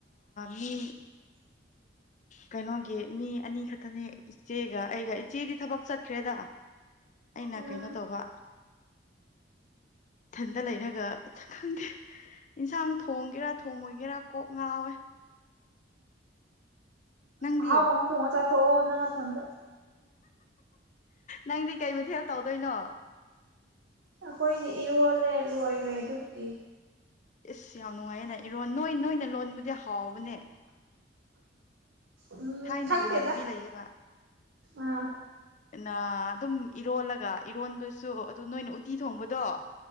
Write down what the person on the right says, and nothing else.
ꯎꯝ
ꯑꯍꯥꯎꯕ ꯑꯃꯥ ꯊꯣꯡꯉꯥ ꯆꯥꯊꯣꯛꯑꯣ ꯅꯪ ꯅꯊꯟꯗ
ꯑꯩꯈꯣꯏꯗꯤ ꯏꯔꯣꯜꯂꯦ ꯂꯣꯏꯈ꯭ꯔꯦ ꯑꯗꯨꯕꯨꯗꯤ
ꯎꯝ
ꯈꯪꯗꯦꯗ
ꯑꯥ